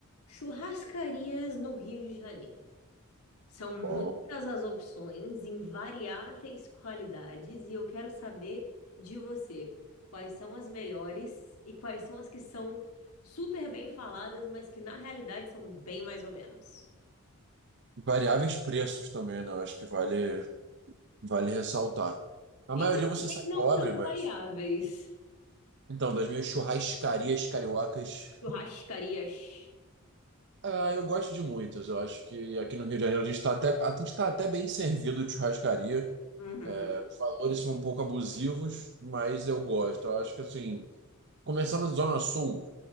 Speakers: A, on the left; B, on the right.
A: Churrascarias no Rio de Janeiro. São muitas
B: Bom.
A: as opções em variáveis qualidades e eu quero saber de você quais são as melhores e quais são as que são super bem faladas, mas que na realidade são bem mais ou menos.
B: Variáveis preços também, né? Eu acho que vale, vale ressaltar. A
A: Infelizmente
B: maioria você sai
A: não
B: pobre,
A: tão
B: mas.
A: variáveis.
B: Então, das minhas churrascarias cariocas.
A: Churrascarias.
B: Ah, eu gosto de muitas. Eu acho que aqui no Rio de Janeiro a gente está até, a gente tá até bem servido de churrascaria.
A: Uhum.
B: É, os valores são um pouco abusivos, mas eu gosto. Eu acho que, assim, começando na Zona Sul,